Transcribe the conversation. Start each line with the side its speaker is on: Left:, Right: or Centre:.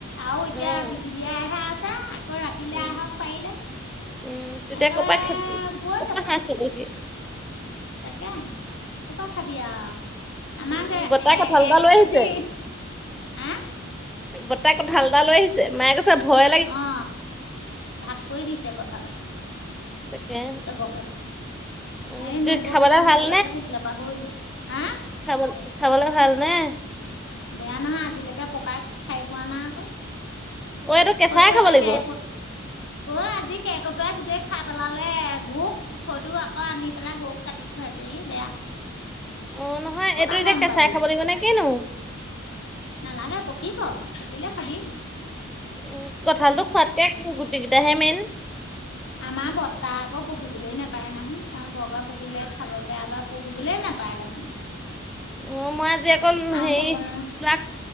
Left: আৰু এতিয়া
Centre: উম
Left: বিজুলীয়হে আছে আকৌ ৰাতিলে
Centre: উম
Left: আহক পাৰিলে।
Centre: উম, তেতিয়া
Left: একেবাৰে
Centre: কপাক খে
Left: বৈ
Centre: কপাক
Left: যাব
Centre: হাঁহ খেদহি।
Left: তাকে হে, কৰ পৰা খাবি আও। আমাৰ
Centre: উম
Left: যে
Centre: বৰ্তাই
Left: এ-এক
Centre: কঁঠাল এটা লৈ
Left: কেজি
Centre: আহিছে
Left: হা
Centre: গোটা কঠাল এটা লৈ আহিছে মায়ে কছে ভয়
Left: অ, ভাগ কৰি দিছে কঠাল।
Centre: তাকে।
Left: চবকে
Centre: উম
Left: এই নবৌক
Centre: খাবলে
Left: এটা দিবলৈকে
Centre: ভাল
Left: থাকিলে পাহৰিলো হা
Centre: খাব-খাবলৈ ভাল নে?
Left: বেয়া নহয় আজিলৈকে পকাই খাই পোৱা নাই আকৌ
Centre: অ এইটো কেঁচাই
Left: কটো
Centre: খাব
Left: এটা
Centre: লাগিব
Left: কেই ক অই, আজি কেৰ্কেটুৱাই গোটেই খাই পেলালে, গো ঘৰটো আকৌ আনি পেলাই গৰুক কাটি খুৱাইছেহি বেয়া
Centre: অ, নহয়
Left: ক'ৰপা
Centre: এইটো এতিয়া
Left: গম
Centre: কেঁচাই
Left: পাবি
Centre: খাব লাগিব নে কিনো।
Left: নালাগে পকিব পকিলে খাবি।
Centre: উম, কঠালটো খোৱাতকে গুটি কেইটাহে মেইন।
Left: আমাৰ বৰটা আকৌ পকিবলৈ নাপায় নাহয়। তেওঁ বৰকে পকিলে খাব বেয়া পায়। পকিবলে নাপায় দেখোন।
Centre: অ, মই আজি অকল
Left: আৰু
Centre: হেৰি
Left: ক'ব নোৱাৰো
Centre: টো